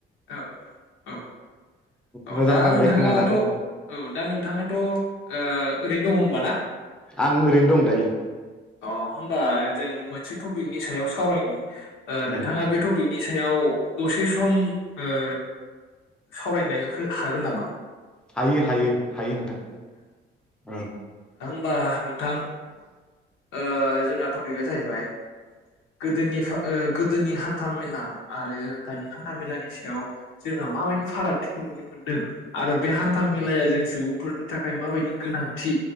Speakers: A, on the left; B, in the centre.
A: औ औ औ
B: मोजां
A: दा
B: नांबाय
A: नोंथाङाथ
B: खोनानानै
A: औ दा नोंथाङाथ ओ ओरैनो दङ होमबाना।
B: आं ओरैनो दं दायो।
A: अ होमबा जों मोनसे टपिकनि सायाव सावरायनि। ओ नोंथाङा
B: ओं
A: बे टपिकनि नि सायाव दसे सम ओ सावरायनो हागोन नामा?
B: हायो हायो हायो नोंथां ओं।
A: बा नोंथां ओ जोंना टपिका जाहैबाय गोदोनि गोदोनि हान्था मेला आरो दानि हान्था मेलानि सायाव जोंहा माबायदि फारागथिखौ नुनो मोनदों आरो बे हान्था मेेलाया जों सुबुंफोरनि थाखाय माबायदि गोनांथि